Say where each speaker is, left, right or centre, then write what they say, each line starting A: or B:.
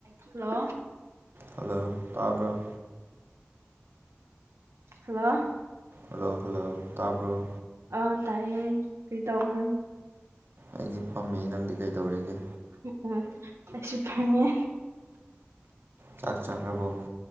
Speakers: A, on the right; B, on the right.
A: hello
B: hello ꯇꯥꯕ꯭ꯔꯣ
A: hello
B: hello hello ꯇꯥꯕ꯭ꯔꯣ
A: ꯑ ꯑ ꯇꯥꯏꯌꯦ ꯀꯩꯇꯧꯕꯔ
B: ꯑꯩꯗꯤ ꯐꯝꯃꯤ ꯅꯪꯗꯤ ꯀꯩꯗꯧꯔꯤꯒꯦ
A: ꯎ ꯎꯝ ꯑꯁꯨ ꯐꯥꯝꯃꯤ
B: ꯆꯥꯛ ꯆꯥꯈꯔꯕꯣ